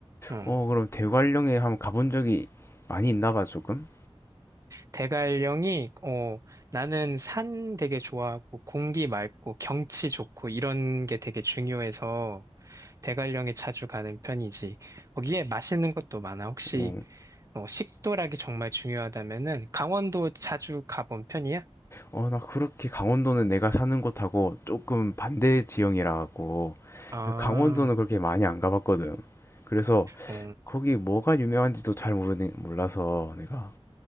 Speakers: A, on the right; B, on the left.
A: 어.
B: 어 그럼 대관령에 한번 가본 적이 많이 있나 봐 조금
A: 대관령이, 어, 나는 산 되게 좋아하고, 공기 맑고, 경치 좋고, 이런 게 되게 중요해서, 대관령에 자주 가는 편이지. 거기에 맛있는 것도 많아. 혹시,
B: 어
A: 어, 식도락이 정말 중요하다면은, 강원도 자주 가본 편이야?
B: 어, 나 그렇게 강원도는 내가 사는 곳하고 조금 반대 지형이라 갖고
A: 아,
B: 강원도는 그렇게 많이 안 가봤거든 그래서
A: 어,
B: 거기 뭐가 유명한지도 잘 모르는 몰라서 내가